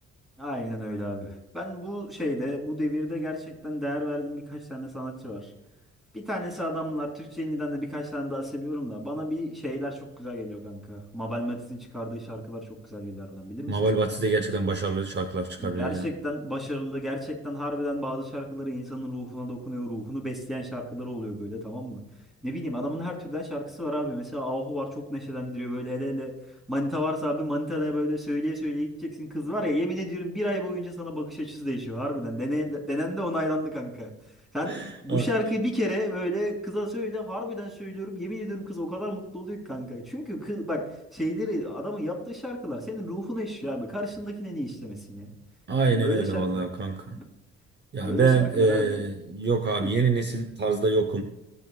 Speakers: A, in the centre; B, on the right (about 35°).
A: Aynen öyle abi. Ben bu şeyde, bu devirde gerçekten değer verdiğim birkaç tane sanatçı var. Bir tanesi adamlar. Türkçe indiden de birkaç tane daha seviyorum da. Bana bir şeyler çok güzel geliyor kanka. Mabel Matiz'in çıkardığı şarkılar çok güzel geliyor harbiden. Bilir misin
B: Mabel
A: sen
B: Batiste
A: onu?
B: de gerçekten başarılı şarkılar çıkarıyor
A: Gerçekten
B: ya.
A: başarılı, gerçekten harbiden bazı şarkıları insanın ruhuna dokunuyor, ruhunu besleyen şarkıları oluyor böyle tamam mı? Ne bileyim adamın her türden şarkısı var abi. Mesela Ahu var çok neşelendiriyor böyle hele hele. Manita varsa abi manitanaya böyle söyleye söyleye gideceksin. Kız var ya yemin ediyorum bir ay boyunca sana bakış açısı değişiyor harbiden. Deneyen de, denen de onaylandı kanka. Sen
B: <laughs>
A: bu
B: A-
A: şarkıyı bir kere böyle kıza söyle harbiden söylüyorum yemin ediyorum kız o kadar mutlu oluyor ki kanka. Çünkü kız bak şeyleri adamın yaptığı şarkılar senin ruhuna işliyor abi. Karşındakine niye işlemesin ya?
B: Aynen
A: Ya Böyle
B: öyle
A: şarkılar.
B: vallahi kanka.
A: b-
B: Ya
A: Böyle
B: ben
A: şarkılar
B: e,
A: harbiden.
B: yok abi
A: Hı,
B: yeni nesil tarzda yokum.